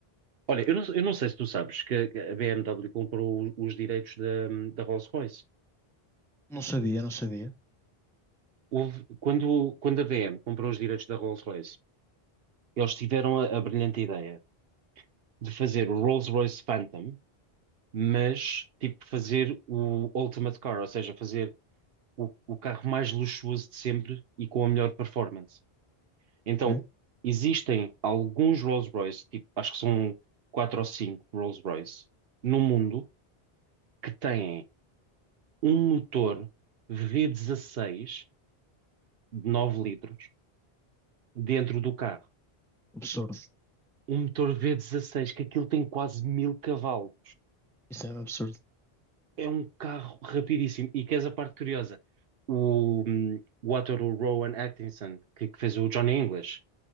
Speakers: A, on the right (about 70°); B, in the centre.
A: Olha, eu não, eu não sei se tu sabes que que a BMW comprou os direitos da, da Rolls-Royce.
B: não sabia, não sabia.
A: Houve- quando, quando a BM comprou os direitos da Rolls-Royce, eles tiveram a, a brilhante ideia de fazer o Rolls-Royce Phantom, mas tipo fazer o Ultimate Car, ou seja, fazer o, o carro mais luxuoso de sempre e com a melhor performance. Então,
B: Ok?
A: existem alguns Rolls-Royce, tipo, acho que são quatro ou cinco Rolls-Royce, no mundo que têm. um motor v dezasseis de 9 litros dentro do carro.
B: Absurdo,
A: Um motor v dezasseis que aquilo tem quase mil cavalos.
B: isso é um absurdo,
A: É um carro rapidíssimo. E queres a parte curiosa? O, hum, o ator o Rowan Atkinson, que, que fez o Johnny English,